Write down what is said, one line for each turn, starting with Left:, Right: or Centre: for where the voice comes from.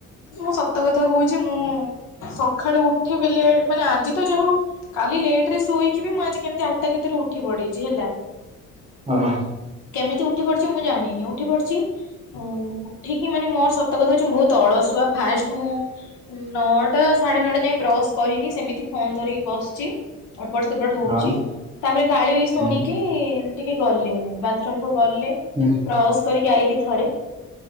Left: ମୁଁ ସତ କଥା କହୁଛି ମୁଁ ସଖାଳୁ ଉଠିବି ଲେଟ ମାନେ ଆଜି ତ ଯାହା ହଉ। କାଲି ଲେଟରେ ଶୋଇକି ମୁଁ ଆଜି କେମିତି ଆଠଟା ଭିତରେ ଉଠି ପଡିଛି ହେଲା।
Right: ହଁ।
Left: କେମିତି ଉଠି ପଡିଛି ମୁଁ ଜାଣିନି। ଉଠି ପଡିଛି ଆ ଉଠିକି ମାନେ ମୋର ସତ କଥା ହଉଛି ବହୁତ ଅଳସୁଆ। ଫାଷ୍ଟ ମୁଁ ନଅଟା ସାଢେ ନଅଟା ଯାଇ ବ୍ରସ୍ କରିନି। ସେମିତି ଫୋନ୍ ଧରିକି ବସିଛି। ଏପଟ ସେପଟ ହଉଛି।
Right: ହଁ
Left: ତାପରେ ଗାଳି ବି ଶୁଣିକି
Right: ହୁଁ
Left: ଟିକେ ଗଲେନି ବାଥରୁମକୁ ଗଲେ।
Right: ହୁଁ।
Left: ବ୍ରସ କରିକି ଆଇଲି ଥରେ।